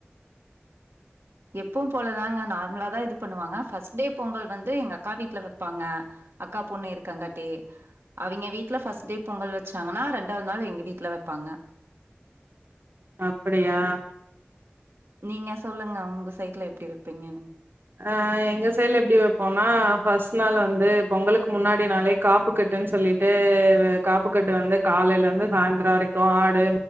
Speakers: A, on the right; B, on the right.
A: எப்பு போலதாங்க நார்மலா தா இது பண்ணுவாங்க ஃபஸ்ட் டே பொங்கல் வந்து எங்க அக்கா வீட்ல வைப்பாங்க அக்கா பொண்ணு இருக்காங்கட்டி அவிங்க வீட்ல ஃபஸ்ட் டே பொங்கல் வச்சாங்கன்னா ரெண்டாவது நாள் எங்க வீட்ல வப்பாங்க
B: அப்டியா
A: நீங்க சொல்லுங்க உங்க சைட்ல எப்டி வப்பீங்கன்னு
B: ஆ எங்க சைட்ல எப்டி வப்போம்னா ஃபர்ஸ்ட் நாள் வந்து பொங்கலுக்கு முன்னாடி நாளே காப்பு கட் டுன்னு சொல்லிட்டு காப்புக்கட்டு வந்து காலயில இருந்து சாய்ந்தரம் வரைக்கு ஆடு